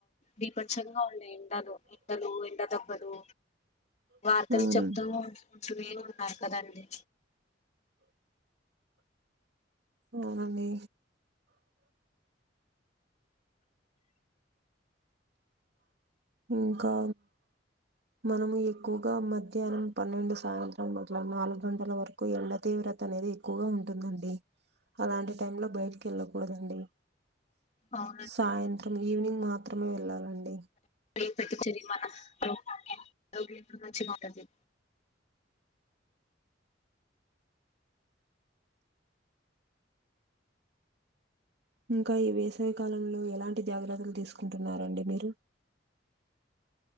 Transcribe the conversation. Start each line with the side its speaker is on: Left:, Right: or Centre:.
Left: బిబచంగ ఉన్నాయి ఎండలు ఎండలు ఎండ దెబ్బలు వార్తలు
Right: అవును
Left: చెప్తూ చెప్తునేవున్నరు ఉంట ఉంటూనే ఉన్నారు కదండి
Right: అవునండి ఇంకా మనము ఎక్కువగా మధ్యాహ్నం పన్నెండు సాయంత్రం పట్ల నాలుగు గంటల వరకు కు ఎండ తీవ్రత అనేది ఎక్కువగా ఉంటుదుంతి అలాంటి టైమ్ లో బయటికి వెళ్ళకూడదండి
Left: అవునండి
Right: సాయంత్రం ఈవినింగ్ మాత్రమే వెళ్ళాలండి
Left: టన్ పెట్టించది మన ఆరోగ్య మంచిగాంటంది
Right: ఇంకా ఈ వేసవికాలంలో ఎలాంటి జాగ్రత్తలు తీసుకుంటున్నారండి మీరు